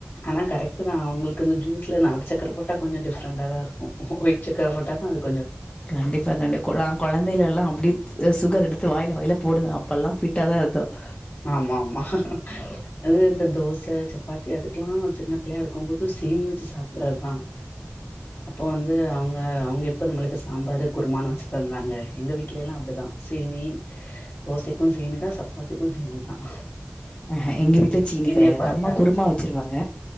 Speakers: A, on the left; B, on the left.
A: ஆனா கரெக்ட் தான் அவுங்களுக்கு வந்து ஜூஸ்ல நட்டு சக்கர போட்டா கொஞ்ச டிஃப்ரெண்டா தான் இருக்கும் ஒயிட் சக்கர போட்டா தான் அதுக்கு
B: கண்டிப்பா கண்டி குல குலந்தைங்க எல்லாம் அப்டி சுகர் எடுத்து வாயில-வாயில போடுவேன் அப்போல்லா பிட்டா தான் இருந்தோம்
A: ஆமா-ஆமா அது இந்த தோச சப்பாத்தி அது லாம் சின்ன பிள்ளயா இருக்கும்போது சீனி வச்சு சாப்பிடறதுதான் அப்போ வந்து அவுங்க-அவுங்க எப்ப நம்மளுக்கு சாம்பாரு குருமானு வச்சு தந்தாங்க எங்க வீட்டுல எல்லாம் அப்டிதான் சீனி தோசைக்கும் சீனிதான் சப்பாத்தி <unintelligible>
B: ஹா எங்க வீட்டுல சீனி
A: சீனிய
B: கிடையாது
A: பாத்தாலே
B: அம்மா குருமா வச்சிருவாங்க